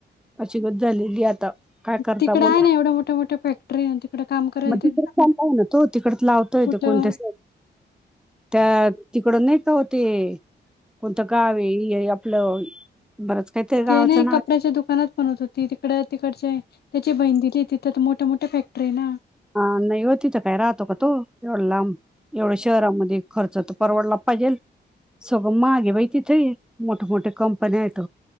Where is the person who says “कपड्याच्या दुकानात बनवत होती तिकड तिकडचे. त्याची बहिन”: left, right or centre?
Left